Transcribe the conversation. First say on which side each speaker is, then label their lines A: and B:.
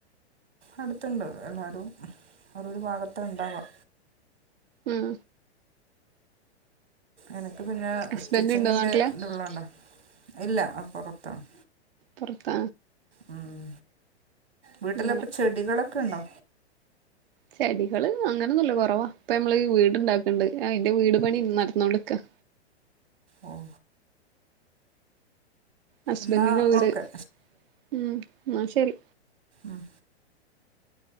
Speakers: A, on the right (about 80°); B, on the right (about 55°).
A: <inaudible> അടുത്തുണ്ട് എല്ലാവരും ഓരോരു ഭാഗത്ത ഉണ്ടാവുക
B: ഉം
A: എനിക്ക് പിന്നെ
B: ഹസ്ബൻഡ്
A: സ്റ്റിച്ചിങ്ങിൻ്റെ
B: ഉണ്ടോ നാട്ടില്
A: ഇതള്ളത കൊണ്ടാണ് ഇല്ല പുറത്താണ്
B: പുറത്ത
A: ഉം, വീട്ടിൽ
B: അങ്ങനെ
A: അപ്പൊ ചെടികളൊക്കെ ഉണ്ടോ?
B: ചെടികള് അങ്ങനെയൊന്നുമല്ല കുറവാ ഇപ്പൊ നമ്മള് വീട്ണ്ടാക്കണ്ട് അതിന്റെ വീട് പണി നടന്ന കൊണ്ടിരിക്ക
A: ആഓ
B: ഹസ്ബന്റിന്റെ
A: എന്നാൽ
B: വീട്,
A: ഓക്കെ
B: ഉം ന്നാ ശരി.
A: മം